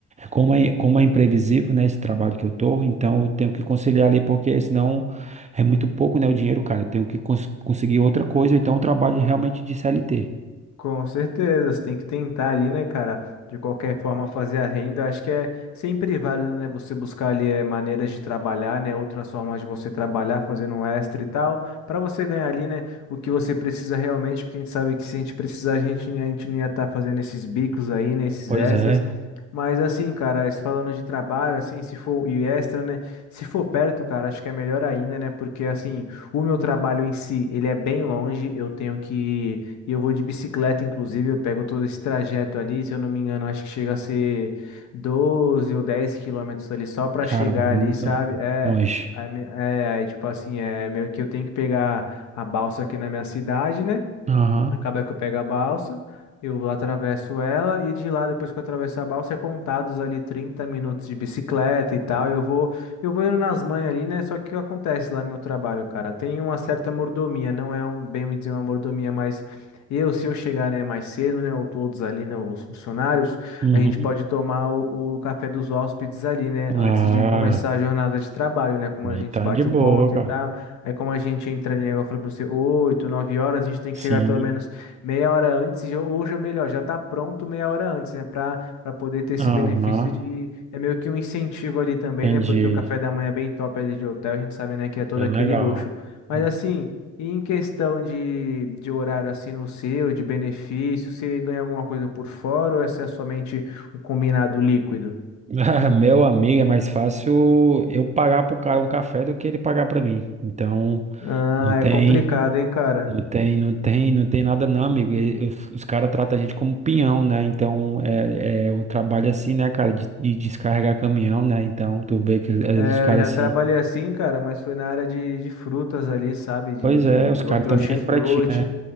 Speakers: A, on the right; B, on the left.
A: como é, como é imprevisível, né, esse trabalho que eu tô, então eu tenho que conciliar ali, porque senão é muito pouco, né, o dinheiro, cara. Eu tenho que cons- conseguir outra coisa, ou então um trabalho realmente de CLT.
B: Com certeza, você tem que tentar ali, né, cara? De qualquer forma, fazer a renda. Acho que é sempre válido, né? Você buscar ali eh, maneiras de trabalhar, né? Outras formas de você trabalhar, fazendo um extra e tal, para você ganhar ali, né? O que você precisa realmente, porque a gente sabe que se a gente precisar, a gente, a gente não ia estar fazendo esses bicos aí, né? Esses
A: Pois
B: extras.
A: é,
B: Mas assim, cara, es- falando de trabalho, assim, se for e extra, né? Se for perto, cara, acho que é melhor ainda, né? Porque assim, o meu trabalho em si, ele é bem longe. Eu tenho que e eu vou de bicicleta, inclusive, eu pego todo esse trajeto ali, se eu não me engano, acho que chega a ser 12 ou 10 quilômetros ali só para
A: caramba,
B: chegar ali, sabe? É,
A: longe.
B: aí, me- é, aí tipo assim, é meio que eu tenho que pegar a balsa aqui na minha cidade, né?
A: Aham.
B: Acaba que eu pego a balsa, eu atravesso ela e de lá, depois que eu atravesso a balsa, é contados ali 30 minutos de bicicleta e tal. E eu vou, eu vou indo nas manhas ali, né? Só que o que acontece lá no meu trabalho, cara? Tem uma certa mordomia, não é um, bem dizer uma mordomia, mas eu, se eu chegar, né, mais cedo, né, ou todos ali, né, os funcionários,
A: Uhum.
B: a gente pode tomar o, o café dos hóspedes ali, né,
A: Ah,
B: antes de começar a jornada de trabalho, né, como
A: aí
B: a gente
A: tá
B: bate
A: de boa,
B: o ponto
A: cara.
B: e tal. Aí como a gente entra ali, né, igual eu falei pra você, 8, 9 horas, a gente tem
A: Sim,
B: que chegar pelo menos meia hora antes, e- ou já melhor, já tá pronto meia hora antes, né? Pra, pra poder ter esse
A: aham,
B: benefício de. É meio que um incentivo ali também,
A: entendi.
B: né? Porque o café da manhã é bem top ali de hotel, a gente sabe, né, que é todo
A: Bem
B: aquele
A: legal.
B: luxo.
A: Com-
B: Mas assim, e em questão de, de horário assim no seu, de benefício, você ganha alguma coisa por fora ou essa é somente o combinado líquido?
A: <laughs> Ah, Meu amigo, é mais fácil eu pagar pro cara um café do que ele pagar pra mim. Então,
B: Ah,
A: não tem,
B: é complicado, hein, cara?
A: não tem, não tem, não tem nada não, amigo. E- os os caras tratam a gente como peão, né? Então, é, é um trabalho assim, né, cara, de, de descarregar caminhão, né? Então, tu vê que às
B: É,
A: vezes os caras
B: eu já trabalhei
A: assim,
B: assim, cara, mas foi na área de, de frutas ali, sabe? De,
A: pois
B: de,
A: é, os
B: de
A: caras
B: hor- de
A: tão
B: hortifruti.
A: nem aí pra ti, né?